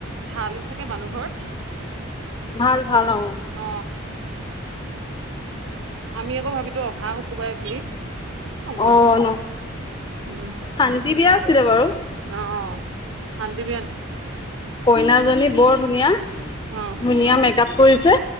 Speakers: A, on the right; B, on the left.
A: ভালো চাগে মানুহ ঘৰ
B: ভাল ভাল অঁ
A: অ আমি আকৌ ভাবিলো অহা শুকোবাই বুলি নগলো
B: অ ন
A: উম
B: শান্তি বিয়া আছিলে বাৰু
A: অঁ শান্তি বিয়া নেকি
B: কইনাজনী বৰ ধুনীয়া
A: অ
B: ধুনীয়া মেকআপ কৰিছে